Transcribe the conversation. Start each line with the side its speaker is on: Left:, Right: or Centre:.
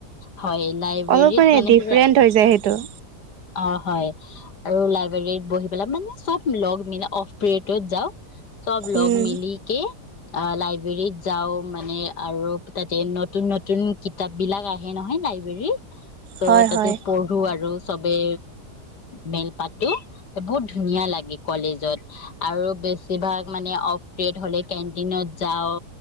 Left: হয় লাইব্ৰেৰীত
Right: অলপ মানে ডিফাৰেণ্ট
Left: পুৰা
Right: হৈ যায় সেইটো।
Left: অ', হয় আৰু লাইব্ৰেৰীত বহি পেলাই মানে চব লগ মিলাই অফ পিৰিয়ডত যাওঁ। চব লগ
Right: উম
Left: মিলি কে অ', লাইব্ৰেৰীত যাওঁ মানে আৰু তাতে নতুন নতুন কিতাপ বিলাক আহে নহয় লাইব্ৰেৰীত। ত'
Right: হয়
Left: তাতে
Right: হয়
Left: পঢ়ো আৰু। চবে মেলপাতো বহুত ধুনীয়া লাগে কলেজত আৰু বেছিভাগ মানে অফ পিৰিয়ড হলে কেন্টিনত যাওঁ